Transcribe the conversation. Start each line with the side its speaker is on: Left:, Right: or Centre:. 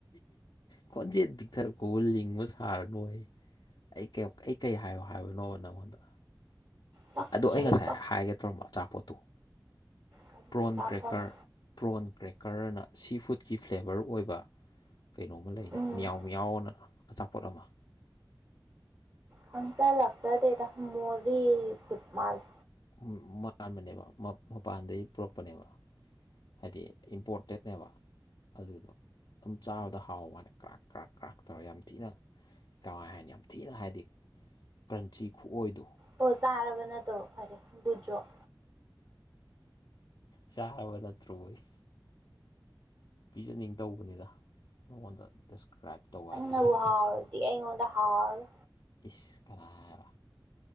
Left: ꯈꯣꯟꯖꯦꯜ ꯄꯤꯛꯊꯔꯛꯄꯕꯣ ꯂꯤꯡꯕ ꯁꯥꯔꯅꯣ ꯑꯌꯦ ꯑꯩ ꯀꯦꯝ ꯑꯩ ꯀꯩ ꯍꯥꯏꯌꯣ ꯍꯥꯏꯕꯅꯣꯕ ꯅꯪꯉꯣꯟꯗ
Right: ꯄꯛꯇ꯭ꯔꯦ
Left: ꯑꯗꯣ ꯑꯩ ꯉꯁꯥꯏ
Right: ꯄꯛ
Left: ꯍꯥꯏꯒꯦ ꯇꯧꯔꯝꯕ ꯑꯆꯥꯄꯣꯠꯇꯣ
Right: ꯀꯔꯤ
Left: ꯄ꯭ꯔꯣꯟ
Right: ꯑꯆꯥꯄꯣꯠꯅꯣ
Left: ꯀ꯭ꯔꯦꯛꯀꯔ ꯄ꯭ꯔꯣꯟ ꯀ꯭ꯔꯦꯛꯀꯔ ꯑꯅ ꯁꯤ ꯐꯨꯗꯀꯤ ꯐ꯭ꯂꯦꯕꯔ ꯑꯣꯏꯕ ꯀꯩꯅꯣꯝꯃ ꯂꯩꯅꯦ
Right: ꯎꯝ
Left: ꯃꯤꯌꯥꯎ ꯃꯤꯌꯥꯎ ꯑꯅ ꯑꯆꯥꯄꯣꯠ ꯑꯃ
Right: ꯈꯪꯖ ꯂꯥꯛꯆꯗꯦꯗꯥ ꯃꯣꯔꯦ ꯐꯨꯗ ꯃꯥꯜꯂꯤ
Left: ꯎꯝ ꯃꯥꯟꯕꯅꯦꯕ ꯃ ꯃꯄꯥꯟꯗꯩ ꯄꯨꯔꯛꯄꯅꯦꯕ ꯍꯥꯏꯗꯤ ꯏꯝꯄꯣꯔꯇꯦꯠꯅꯦꯕ ꯑꯗꯨꯗꯣ ꯑꯗꯨꯝ ꯆꯥꯕꯗ ꯍꯥꯎꯕ꯭ꯋꯥꯅꯤ ꯀ꯭ꯔꯥꯛ ꯀ꯭ꯔꯥꯛ ꯀ꯭ꯔꯥꯛ ꯇꯧꯔ ꯌꯥꯝ ꯊꯤꯅ ꯀꯃꯥꯏ ꯍꯥꯏꯅꯤ ꯌꯥꯝ ꯊꯤꯅ ꯍꯥꯏꯗꯤ ꯀ꯭ꯔꯟꯆꯤ ꯈꯨꯑꯣꯏꯗꯣ
Right: ꯑꯣ ꯆꯥꯔꯕ ꯅꯠꯇ꯭ꯔꯣ ꯐꯔꯦ ꯒꯨꯠ ꯖꯣꯞ
Left: ꯆꯥꯔꯕ ꯅꯠꯇ꯭ꯔꯣ ꯑꯌꯦ ꯄꯤꯖꯅꯤꯡ ꯇꯧꯕꯅꯤꯗ ꯅꯪꯉꯣꯟꯗ ꯗꯤꯁꯀ꯭ꯔꯥꯏꯞ ꯇꯧꯕ ꯍꯥꯏꯇꯥꯔꯦ
Right: ꯅꯕꯨ ꯍꯥꯥꯎꯔꯗꯤ ꯑꯩꯉꯣꯟꯗ ꯍꯥꯥꯎꯔꯔꯣꯏ
Left: ꯏꯁ ꯀꯅꯥ ꯍꯥꯏꯕ